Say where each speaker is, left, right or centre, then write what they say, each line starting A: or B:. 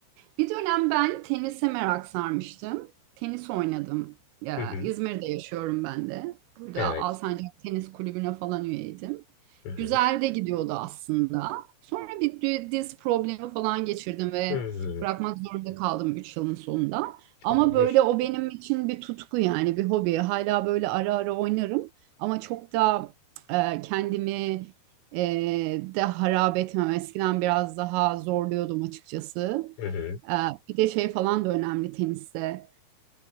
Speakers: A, on the right; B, on the left.
A: Bir dönem ben tenise merak sarmıştım. Tenis oynadım. Ya,
B: Hı hı.
A: İzmir'de yaşıyorum ben de. Burada
B: Evet.
A: Alsancak Tenis Kulübü'ne falan üyeydim.
B: Hı hı.
A: Güzel de gidiyordu aslında. Sonra bir dü- diz problemi falan geçirdim ve
B: Hı hı.
A: bırakmak zorunda kaldım 3 yılın sonunda. Ama
B: Abi
A: böyle o benim için bir tutku yani bir hobi. Hala böyle ara ara oynarım ama çok da e, kendimi e, de harap etmem. Eskiden biraz daha zorluyordum açıkçası.
B: Hı hı.
A: Ee, Bir de şey falan da önemli teniste.